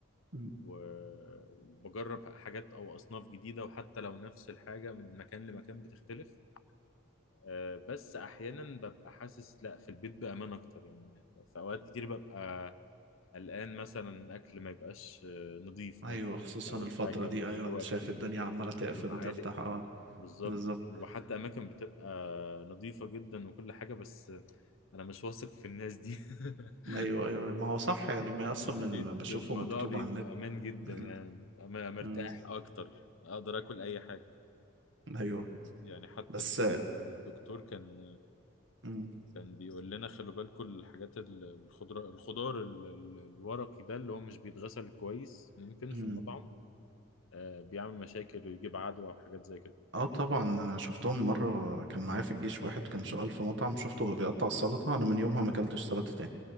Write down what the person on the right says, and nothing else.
مم.
ايوه
خصوصا
الفتره
دي
ايوه انت شايف
الدنيا عماله تقفل
وتفتح اه
بالظبط
ايوه ايوه ما هو صح يعني ما اصلا
من اللي بشوفه
مكتوب
على النت
مم.
مم.
ايوه
بس
مم.
مم.
اه طبعا انا شفتهم مره كان معايا في الجيش واحد كان شغال في مطعم شفته وهو بيقطع السلطه انا من يومها ما اكلتش سلطه تاني